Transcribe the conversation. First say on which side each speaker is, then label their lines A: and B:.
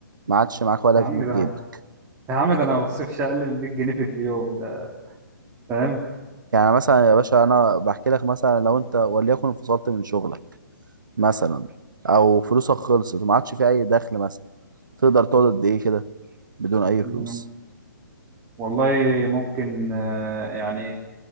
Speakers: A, on the right; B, on the right.
A: ما عادش معاك ولا
B: يا عم
A: جنيه
B: ده
A: في جيبك
B: يا عم ده انا ما بصرفش اقل من 100 جنيه في اليوم ده فاهم
A: يعني مثلا يا باشا انا بحكي لك مثلا لو انت وليكن انفصلت من شغلك مثلا او فلوسك خلصت وما عادش في اي دخل مثلا تقدر تقعد قد ايه كده بدون اي
B: يعني
A: فلوس
B: والله ممكن آه، يعني